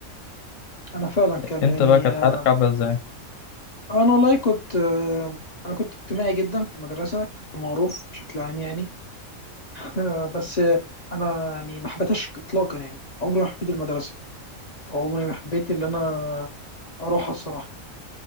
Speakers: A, on the left; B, on the left.
A: انا فعلا كان
B: انت
A: يعني
B: بقى كانت
A: آه،
B: حياتك عامله ازاي
A: انا والله كنت آه، انا كنت اجتماعي جدا في المدرسه كنت معروف بشكل عام يعني <laughs> آه، بس آه، انا يعني ما حبيتهاش اطلاقا يعني عمري ما حبيت المدرسه عمري ما حبيت اللي انا اروحها الصراحه